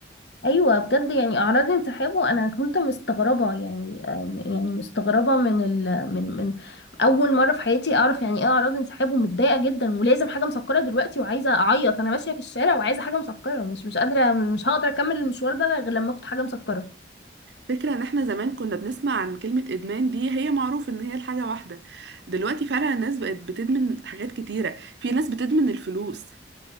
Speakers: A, on the left; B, on the right.
A: ايوه بجد يعني اعراض انسحاب وانا كنت مستغربه يعني آم، يعني مستغربه من ال من من اول مره في حياتي اعرف يعني ايه اعراض انسحاب ومتضايقه جدا ولازم حاجه مسكره دلوقتي وعايزه اعيط انا ماشيه في الشارع وعايزه حاجه مسكره مش مش قادره مش هقدر اكمل المشوار ده غير لما اخد حاجه مسكره
B: فكرة ان احنا زمان كنا بنسمع عن كلمة ادمان دي هي معروف ان هي الحاجة واحدة دلوقتي فعلا الناس بقت بتدمن حاجات كتيرة في ناس بتدمن الفلوس